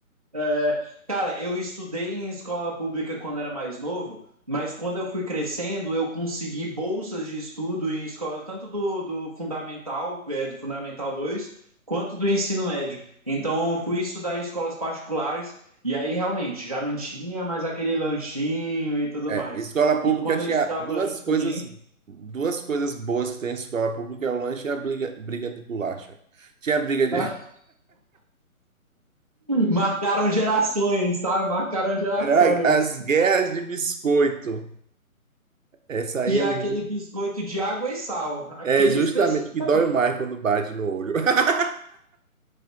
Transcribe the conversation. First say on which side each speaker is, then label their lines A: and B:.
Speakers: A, on the right; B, on the right.
A: É, cara, eu estudei em escola pública quando era mais novo, mas quando eu fui crescendo, eu consegui bolsas de estudo em escola, tanto do, do Fundamental, é, do Fundamental 2 quanto do ensino médio. Então, eu fui estudar em escolas particulares e aí realmente já não tinha mais aquele lanchinho e tudo
B: É,
A: mais.
B: escola pública
A: E quando
B: tinha
A: eu estudava
B: duas
A: antes
B: coisas,
A: também.
B: duas coisas boas que tem em escola pública, é o lanche e a briga, briga de bolacha. Tinha briga de...
A: <laughs>
B: <laughs>
A: Marcaram gerações, tá? Marcaram gerações.
B: Ai, As guerras de biscoito. Essa aí
A: E
B: é
A: aquele
B: muito
A: biscoito de água e sal, aquele
B: É justamente
A: especificamente.
B: o que dói mais quando bate no olho. <laughs>